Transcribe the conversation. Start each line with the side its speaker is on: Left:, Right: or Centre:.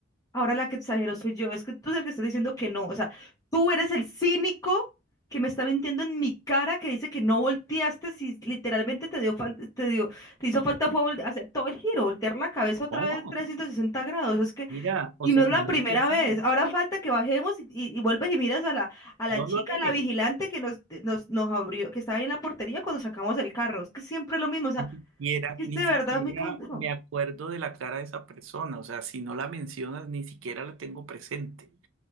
Left: Ahora la que exagero soy yo, es que tú eres el que estás diciendo que no, o sea, tú eres el cínico que me está mintiendo en mi cara que dice que no volteaste si literalmente te dio fal- te dio te hizo falta fue vol- hacer todo el giro, voltear la cabeza
Right: No,
Left: otra vez 360 grados, es que
Right: mira, o
Left: y
Right: sea,
Left: no es la
Right: no
Left: primera
Right: es así,
Left: vez. Ahora falta que bajemos y, y- y vuelves y miras a la a la
Right: no
Left: chica,
Right: lo haré.
Left: la vigilante que nos nos nos abrió, que estaba ahí en la portería cuando sacamos el carro. Es que siempre es lo mismo, o sea,
Right: Ni siquiera,
Left: que
Right: ni
Left: de
Right: siquiera
Left: verdad me cansó.
Right: me acuerdo de la cara de esa persona, o sea, si no la mencionas, ni siquiera la tengo presente.